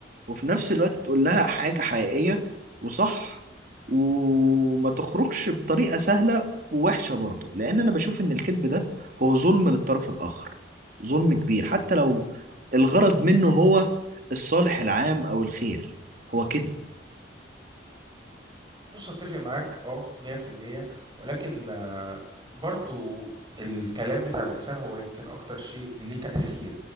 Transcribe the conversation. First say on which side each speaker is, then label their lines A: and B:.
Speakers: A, on the right; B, on the right.
A: وفي نفس الوقت تقول لها حاجة حقيقية وصح وما تخرجش بطريقة سهلة ووحشة برضو لان انا بشوف ان الكذب ده هو ظلم للطرف الاخر ظلم كبير حتى لو الغرض منه هو الصالح العام أو الخير هو كذب
B: بُص أتّفق معاك آه 100% ولكن برضه الكلام بتاع الإنسان هو يمكن أكتر شيء ليه تأثير